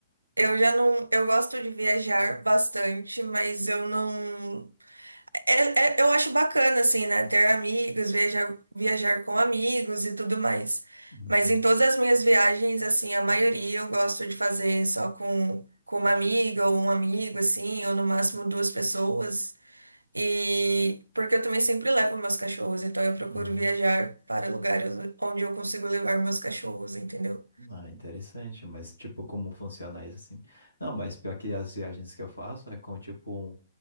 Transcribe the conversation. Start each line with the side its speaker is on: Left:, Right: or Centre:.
Right: eu já não, eu gosto de viajar bastante, mas eu não, é- é- eu acho bacana assim, né? Ter amigos, viajar, viajar com amigos e tudo mais.
Left: Uhum,
Right: Mas em todas as minhas viagens, assim, a maioria eu gosto de fazer só com, com uma amiga ou um amigo, assim, ou no máximo duas pessoas. E porque eu também sempre levo meus cachorros, então eu procuro
Left: uhum.
Right: viajar para lugares onde eu consigo levar meus cachorros, entendeu?
Left: Ah, interessante, mas tipo, como funciona isso assim? Não, mas pior que as viagens que eu faço é com tipo um,